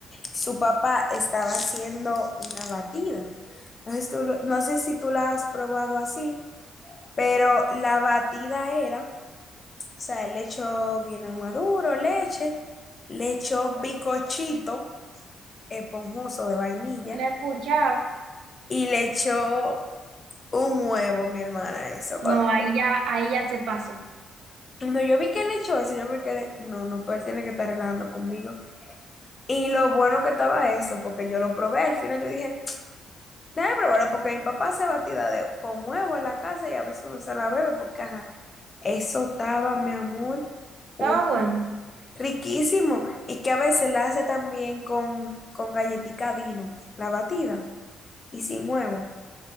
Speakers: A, on the left; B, on the right.
A: su papá estaba haciendo una batida. No sé si tú lo- no sé si tú la has probado así, pero la batida era O sea, él le echó guineo maduro, leche, le echó bicochito esponjoso de vainilla
B: ¿Lo he escuchado?
A: y le echó un huevo, mi hermana, eso. Cuando,
B: No, ahí ya, ahí ya se pasó.
A: cuando yo vi que le echó eso, yo me quedé, no, no, pero él tiene que estar relajando conmigo. Y lo bueno que estaba eso, porque yo lo probé, al final yo dije, déjame probarlo, porque mi papá hace batida de, con huevo en la casa y a veces uno se la bebe, porque ajá, eso estaba, mi amor,
B: Estaba
A: un
B: bueno.
A: Riquísimo. Y que a veces la hace también con, con galletica Dino, la batida, y sin huevo.